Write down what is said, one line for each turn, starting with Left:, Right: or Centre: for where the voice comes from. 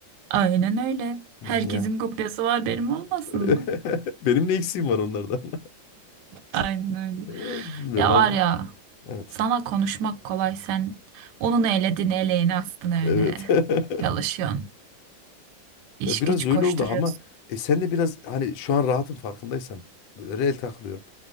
Right: Aynen öyle.
Left: Hmm,
Right: Herkesin
Left: Ya.
Right: kopyası var benim olmasın
Left: <laughs>
Right: mı?
Left: Benim ne eksiğim var onlardan?
Right: Aynen öyle.
Left: <laughs> Bilmiyorum
Right: Ya
Left: ama.
Right: var ya
Left: Evet.
Right: sana konuşmak kolay sen onun eledin eleğini astın öyle.
Left: Evet. <laughs>
Right: Çalışıyorsun. iş
Left: Ya biraz
Right: güç
Left: öyle
Right: koşturuyorsun.
Left: oldu ama e, sen de biraz hani şu an rahatın farkındaysan böyle reel takılıyorum.